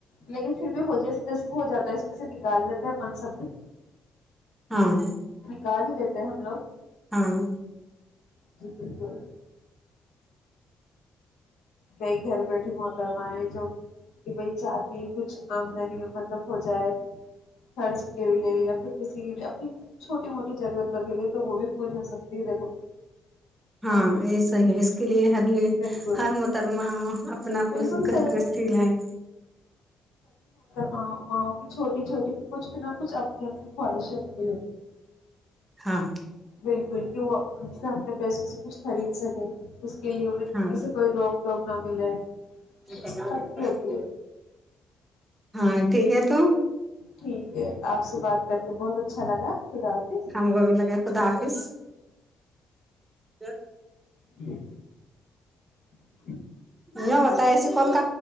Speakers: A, on the left; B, on the right.
A: لیکن پھر بھی ہو جائے جیسے ہو جاتا ہے اس میں سے نکال لیتے ہیں اپن سب میں
B: ہاں
A: گا ہی دیتے ہیں ہم لوگ
B: ہاں
A: ج بنکل کئی گھر بیٹھیے محترمہ ہے جو کہ بھائی چاہتی ہے کچھ آمدنی مطلب ہو جائے خرچ کے لیے یا پھر کسی کے لیے اپنی چھوٹی موٹی ضرورتوں کے لیے تو وہ بھی پوری ہو سکتی ہے دیکھو
B: ہاں یہ صحی ہے کے لیے ہر ل
A: بالکل
B: ہر محترمہ اپنا
A: بالکل
B: کچھ کرھر
A: صحیح
B: کر
A: ہے
B: س لائے
A: ما ماں کی چھوٹی چھوٹی کچھ بنا کچھ اپنی اپنی ہو شک
B: ہاں
A: بالکل کہ وہ ان سے اپنے پیسوں سے کچھ خرید سکے اس کے لیے
B: ہاں
A: اسے کوئی روک پروگرام ملے
B: <unintelligible>
A: سب کی ہوتی ہے
B: ہاں ٹھیک ہے تو
A: ٹھیک ہے آپ سے بات کرتے بہت اچھا لگا خدا حافظ
B: ہم کووبھی لگے خدا حافظ ج ج <unintelligible>
A: جی <unintelligible>
B: یہ بت ایسے کون ک